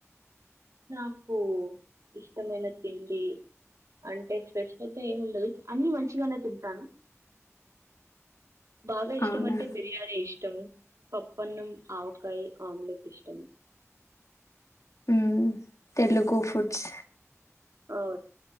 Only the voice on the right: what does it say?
నాకు ఇష్టమైన తిండి అంటే స్పెసిఫిక్ గ ఏముండదు అన్ని మంచిగానే తింటాను బాగా ఇష్టం
అంటే బిర్యానీ ఇష్టము పప్పన్నం ఆవకాయ ఆమ్లెట్ ఇష్టం
ఓ..